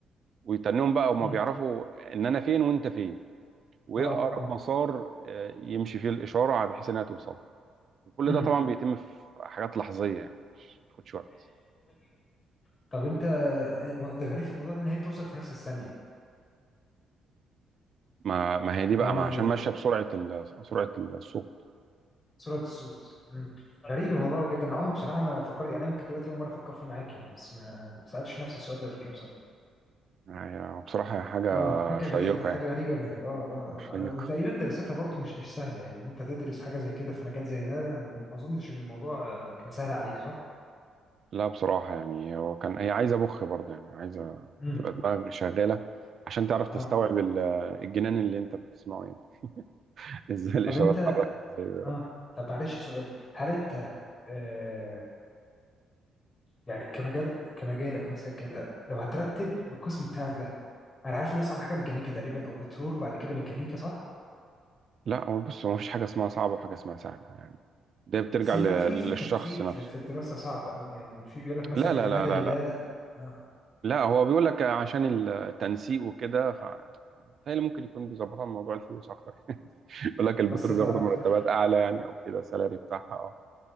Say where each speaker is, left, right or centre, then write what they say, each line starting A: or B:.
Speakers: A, on the right (about 55°); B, on the left (about 25°).
A: ويتنهم بقى وما
B: مم.
A: بيعرفوا إن أنا فين وأنت فين وإيه
B: اه
A: أقرب
B: اه
A: مسار آه، يمشي فيه الإشارة بحيث إنها توصل وكل
B: مم.
A: ده طبعا بيتم في حاجات لحظيه يعني مش ما بتاخدش وقت
B: ماشي بقول لك ايه طب انت الم- الغريب في الموضوع ده ان هي بتوصل في نفس الثانية
A: ما ما هي دي بقى
B: يعني
A: ما عشان ماشيه بسرعه ال... سرعه السوق
B: سرعة الصوت مم. غريب الموضوع ده جدا انا عمري بصراحة ما فكرت يعني يمكن دلوقتي أول مرة أفكر فيه معاك يعني بس ما ما سألتش نفسي السؤال ده قبل كده بصراحة
A: يعني بصراحه هي حاجه
B: اه حاجة
A: شيقه
B: غريبة حاجة
A: يعني
B: غريبة جدا. اه اه
A: مش شيقه
B: اه آه، وتقريبا دراستها برضو مش مش سهلة يعني إن انت تدرس حاجة زي كده في مجال زي ده ما اظنش ان الموضوع آه، كان سهل عليك صح؟
A: لا بصراحه يعني هو كان هي عايزه مخ برضه يعني عايزه
B: امم
A: تبقى دماغك شغاله عشان تعرف
B: اه
A: تستوعب ال- الجنان اللي انت بتسمعه يعني <laughs> ازاي الاشارات
B: طب انت
A: اتحركت ازاي
B: اه
A: اتحركت.
B: طب معلش سؤال هل انت آه يعني كمجال كمجالك مثلا كده لو هترتب القسم بتاعك ده انا عارف ان اصعب حاجة ميكانيكا تقريبا او بترول وبعد كده ميكانيكا صح؟
A: لا هو بص هو مفيش حاجه اسمها صعبه وحاجه اسمها سهله يعني ده بترجع
B: بس
A: ل-
B: لا في في
A: للشخص
B: ترتيب
A: نفسه
B: في, في الدراسة صعب قوي يعني في بيقول لك مثلا
A: لا لا
B: المدني
A: لا لا لا
B: ده اه
A: لا هو بيقول لك عشان التنسيق وكده هي اللي ممكن يكون بيظبطها من موضوع الفلوس اكتر <laughs> يقول لك البترول
B: بس لها
A: بياخدوا
B: اكتر
A: مرتبات اعلى يعني او كده السالري بتاعها اه